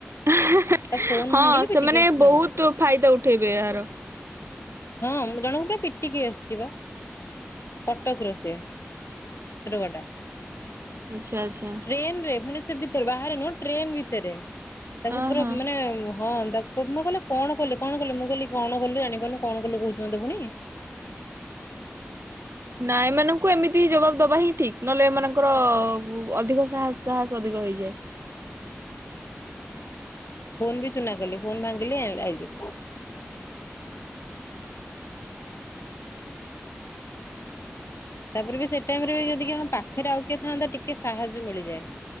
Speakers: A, on the right; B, on the left.
A: ହେଁ
B: ତା ଫୋନ
A: ହଁ
B: ଭାଙ୍ଗିଲି ପିଟିକି
A: ସେମାନେ
B: ଆସିଛି
A: ବହୁତ୍
B: ଜଣଙ୍କୁ ପୁରା।
A: ଫାଇଦା ଉଠେଇବେ ଏହାର।
B: ହଁ ମୁଁ ଜଣଙ୍କୁୁ ପୁରା ପିଟିକି ଆସିିଚି ପା କଟକ ର ସିଏ। ସେ ଟୋକା ଟା।
A: ଆଛା ଆଚ୍ଛା।
B: ଟ୍ରେନ୍ ରେ ପୁଣି ସେ ଭିତରେ ବାହାରେ ନୁହଁ ଟ୍ରେନ୍ ଭିତରେ। ତାକୁ
A: ହଁ
B: ପୁରା
A: ହଁ।
B: ମାନେ ହଁ ତା ମୁଁ କହିଲି କଣ କଲେ କଣ କଲେ ମୁଁ କହିଲି କଣ କଲୁ ଜାଣିପାରୁନୁ କଣ କଲୁ କହୁଚୁ ମତେ ପୁଣି।
A: ନା ଏମାନଙ୍କୁ ଏମିତି ଜବାବ୍ ଦବା ହିଁ ଠିକ୍ ନହେଲେ ଏମାନଙ୍କର ଅଧିକ ସାହସ ସାହସ ଅଧିକ ହେଇଯାଏ।
B: ଫୋନ୍ ବି ଚୁନା କଲି ଫୋନ୍ ଭାଙ୍ଗିଲି ଆ ଆଇଲି। ତାପରେ ବି ସେ ଟାଇମ୍ ରେ ବି ଯଦି କିଏ ହଁ ପାଖରେ ଆଉ କିଏ ଥାନ୍ତା ଟିକେ ସାହସ୍ ବି ମିଳିଯାଏ।